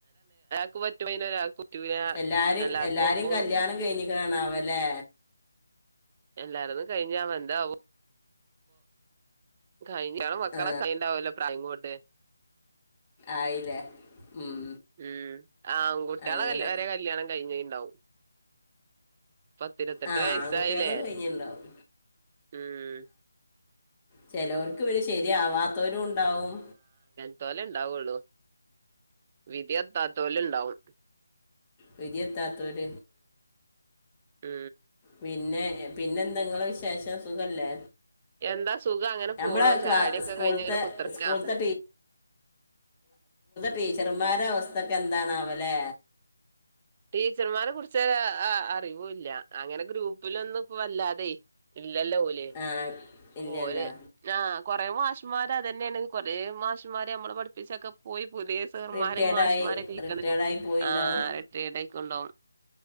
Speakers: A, on the right; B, on the left.
A: <unintelligible>
B: എല്ലാരി
A: എല്ലാർക്കും
B: എല്ലാരിം
A: ഒപ്പം
B: കല്യാണം കഴിഞ്ഞ ന്താണാവലെ
A: എല്ലാാരതും കഴ്ഞാവോ ന്താവോ കയ്ഞാ കൺമക്കളൊക്കെ
B: ആ
A: അയീണ്ടാവൊല്ലോ പ്രായം കൊണ്ട്
B: ആയില്ലേ ഉം
A: മ്മ് ആൺകുട്ടികളെ
B: അങ്ങനെ
A: വരെ കല്യാണം കഴിഞ്ഞുണ്ടാവും പത്തിരത്തെട്ട്
B: ആ
A: വയസായില്ലേ
B: ആൺകുട്ടികളത് കഴിഞ്ഞിട്ടുണ്ടാവും
A: മ്മ്
B: ചെലോർക്ക് പിന്നെ ശെര്യാവാ ത്തൊരുണ്ടാവും
A: ത്തോലെ ഉണ്ടാവുള്ളൂ വിധിയത്താത്തോല്ണ്ടാവും
B: വിധി എത്താത്തോർ
A: മ്മ്
B: പിന്നെ പിന്നെന്താ ങ്ങളെ വിശേഷം സുഖല്ലേ
A: എന്താ സുഖം അങ്ങനെ
B: ഞമ്മളെ
A: പോണു
B: ക്ലാസ്
A: ചായടിയൊക്കെ
B: സ്കൂൾത്തെ
A: കഴിഞ്ഞ് ഇങ്ങനെ കുത്തിർക്കാ
B: സ്കൂൾത്തെ ടീച്ചർ മ്മാരെ അവസ്ഥക്കെ എന്താണാവലേ
A: ടീച്ചർമാരെ കുറിച്ച് അറിവുല്ല അങ്ങനെ ഗ്രൂപ്പിലൊന്നും പ്പോ വല്ലാതെ ഇല്ലല്ല ഓല്
B: ആ ഇല്ലല്ലോ
A: ഓല് ആ കൊറ മാസ മാഷുമാര് അതഞ്ഞേണ് കൊറെ മാഷ്മാര് നമ്മള പഠപ്പിച്ചൊക്കെ പോയി പുതിയ സാർമാരിം
B: റിട്ടയർഡായി
A: മാഷ്മാരൊക്കെ കിട്ടണം
B: റിട്ടയർഡായി
A: ഞ്ഞി
B: പോയിണ്ടാവും
A: ആ ട്ടെടായ്ക്കൊണ്ടാകും